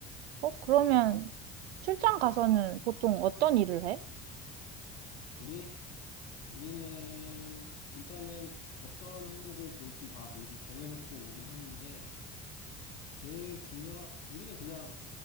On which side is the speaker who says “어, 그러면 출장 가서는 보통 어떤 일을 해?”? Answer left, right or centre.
Right